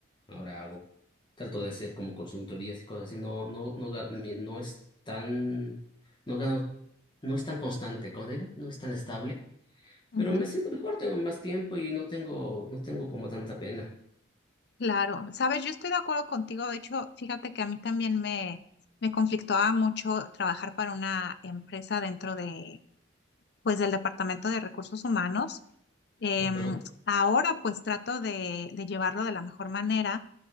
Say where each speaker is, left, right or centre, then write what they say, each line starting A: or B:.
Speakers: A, on the left; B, on the left.
A: Ahora hago. Trato de hacer como consultorías y cosas así. No, no, no, ga- mi- no es tan, no gano, no es tan constante, como digo, no es tan estable.
B: Ujú.
A: Pero me siento mejor, tengo más tiempo y no tengo, no tengo como tanta pena.
B: Claro, sabes, yo estoy de acuerdo contigo. De hecho, fíjate que a mí también me, me conflictaba mucho trabajar para una empresa dentro de, pues, del Departamento de Recursos Humanos. Em,
A: Ajá.
B: ahora, pues, trato de de llevarlo de la mejor manera